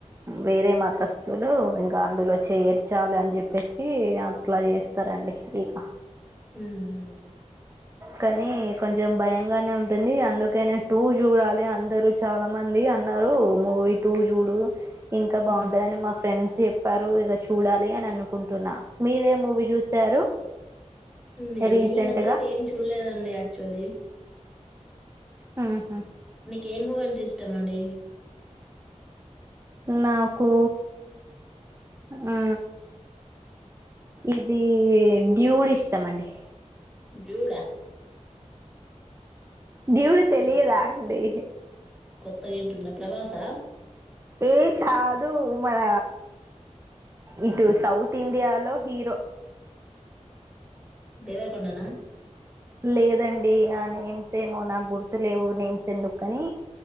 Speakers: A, on the right; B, in the centre.
A: వేరే మతస్థులు ఇంకా అందులో చేర్చాలి అని చెప్పేసి అట్లా చేస్తారండి ఇక
B: ఉమ్
A: కానీ కొంచెం భయంగానే ఉంటుంది అందుకనే టూ చూడాలి అందరూ చాలా మంది అన్న మూ వీ టూ చూడు ఇంకా బాగుంటది
B: ఉమ్.
A: అ ని మా ఫ్రెండ్స్ చె పరువు ఇక చూడాలి అని అనుకుంటున్నా మీరే మూవీ చూసారు
B: మే
A: రీసెంట్
B: ఈ మధ్య తే ఏదీ చూడ్ లేదండి అక్చుఅల్లీ
A: హ్మ్ హ్మ్
B: నీకు ఏ మూవీ అంటే ఇష్టం అండి
A: నాకు ఆ ఇది డ్యూడ్ ఇష్టం అండి
B: డ్యూడా
A: డ్యూడ్ తెలియదా అండి
B: త్త గింటున్న ప్రభాసా
A: ఏ కాదు మన ఇటు సౌత్ ఇండియాలో హీరో
B: దేవరకొండనా
A: లేదండి ఆ నేమ్స్ ఏమో నాకు గుర్తు లేవు నేమ్స్ ఎందుకు కని